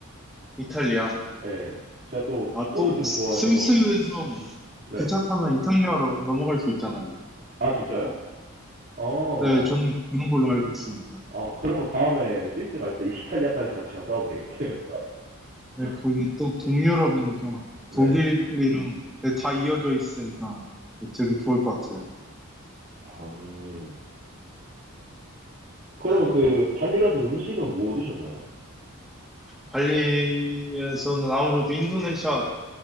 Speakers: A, in the centre; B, on the right (about 45°).
A: 이탈리아.
B: 예. 제가 또
A: 아,
B: 축구를
A: 또
B: 좀
A: 스-
B: 좋아해서,
A: 스위스에서
B: 네.
A: 기차 타면 이탈리아로 넘어갈 수 있잖아요.
B: 아, 진짜요? 어,
A: 네, 저는 그런 걸로 알고 있습니다.
B: 아, 그러면 다음에 스위스 갈 때 이탈리아까지 같이 갔다 오면 되겠네요.
A: 네, 거긴
B: <laughs>
A: 또 동유럽이니까
B: 네.
A: 독일이랑 네, 다 이어져 있으니까 되게 좋을 것 같아요.
B: 음. 그러면
A: 아,
B: 그 발리 가서 음식은 뭐 드셨나요?
A: 발리에서는 아무래도 인도네시아